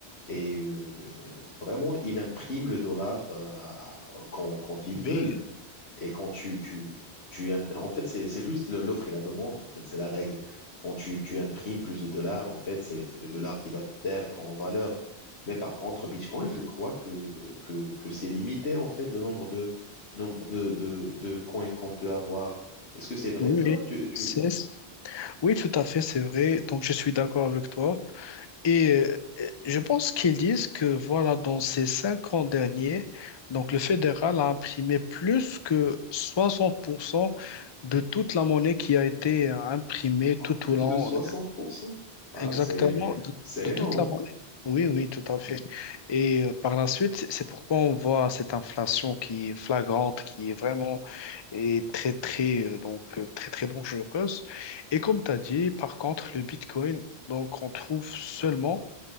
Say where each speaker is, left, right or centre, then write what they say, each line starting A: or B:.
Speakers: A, on the left (about 75°); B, on the left (about 35°).
A: Et euh, vraiment, ils impriment le dollar euh, quand, quand ils
B: Oui,
A: veulent. Et quand tu, tu, tu imp- en fait, c'est c'est juste le- l'offre et la demande, en fait, c'est la règle. Quand tu, tu imprimes plus de dollars, en fait, c'est c'est le dollar qui va perdre en valeur. Mais par contre, Bitcoin, je crois que, que, que c'est limité, en fait, le nombre de, nombre de, de, de coins qu'on peut avoir. Est-ce que c'est vrai
B: oui,
A: ça?
B: oui.
A: Tu, tu,
B: C'est Oui, tout à fait, c'est vrai. Donc, je suis d'accord avec toi. Et euh, je pense qu'ils disent que, voilà, dans ces cinq ans derniers, donc le fédéral a imprimé plus que 60% de toute la monnaie qui a été euh, imprimée tout
A: Plus
B: au long
A: de soixante
B: euh,
A: pour cent Ah,
B: Exactement,
A: c'est
B: de,
A: c'est
B: de
A: énorme.
B: toute la monnaie. Oui, oui, tout à fait. Et euh, par la suite, c'est pourquoi on voit cette inflation qui est flagrante, qui est vraiment est très, très, euh, donc, euh, très, très dangereuse. Et comme tu as dit, par contre, le Bitcoin, donc, on trouve seulement